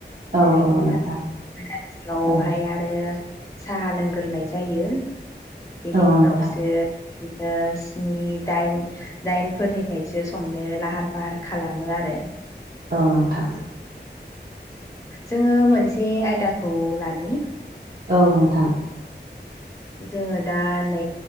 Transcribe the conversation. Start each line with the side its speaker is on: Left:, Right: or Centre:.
Right: औ
Left: ओरैनो
Right: औ नोंथां
Left: <unintelligible> आरो
Right: औ
Left: आरो साहा लोंग्रोनाय जायो बेनि
Right: औ
Left: उनावसो
Right: नोंथां
Left: ओ स्नि दाइन दाइनफोरनिफ्रायसो संनो लाहार - फाहार खालामो आरो।
Right: औ नोंथां।
Left: जोङो मोनसे आयदाखौ लानि
Right: औ नोंथां।
Left: जोङो दा नै